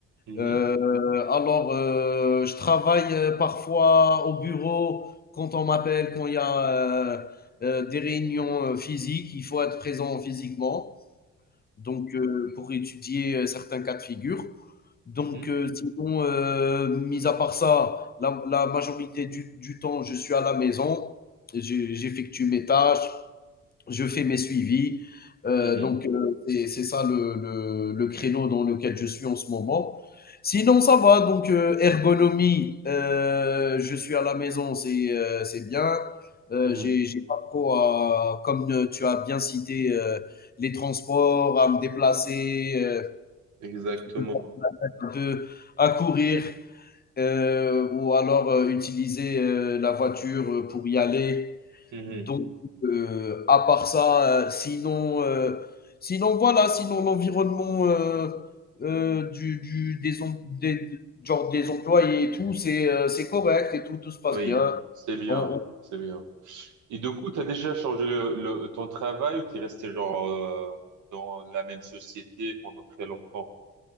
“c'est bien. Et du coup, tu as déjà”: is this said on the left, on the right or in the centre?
Right